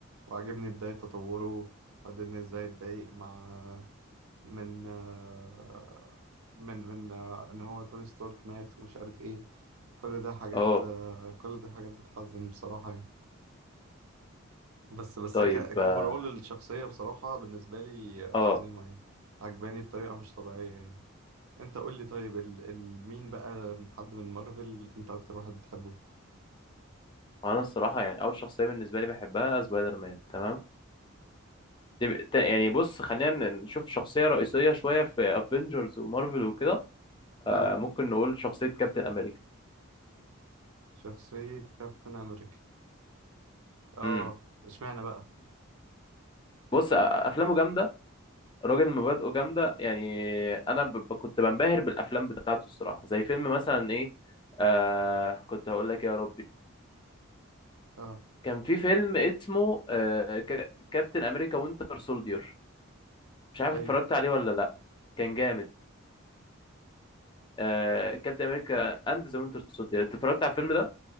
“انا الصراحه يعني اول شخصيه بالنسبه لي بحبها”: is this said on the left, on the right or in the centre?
Left